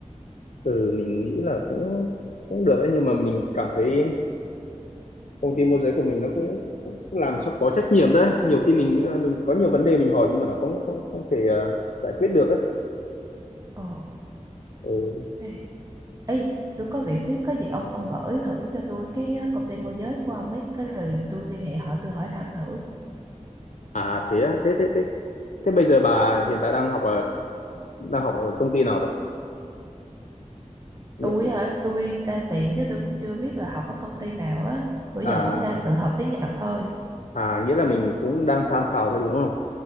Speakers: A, on the left (about 80°); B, on the right (about 30°).
A: Ừ mình nghĩ là cũng cũng được ấy nhưng mà mình cảm thấy công ty môi giới của mình nó cũng cũng, cũng làm cho có trách nhiệm đấy nhiều khi mình ờ, mình có nhiều vấn đề mình hỏi nhưng mà nó không không không thể ờ, giải quyết được ấy
B: ờ
A: ừ.
B: ê Ê, tôi có việc xíu có gì ông ông gửi thử cho tôi cái ờ, công ty môi giới của ông ấy cái rồi tôi liên hệ họ tôi hỏi thăm thử
A: à thế á, thế thế thế thế bây giờ bà hiện tại đang học ở đang học ở công ty nào vậy Nghĩa-
B: tôi hả tôi đang tìm chứ tôi cũng chưa biết là học ở công ty nào á bữa giờ
A: à
B: cũng đang tự học tiếng Nhật thôi
A: à nghĩa là mình cũng đang tham khảo thôi đúng không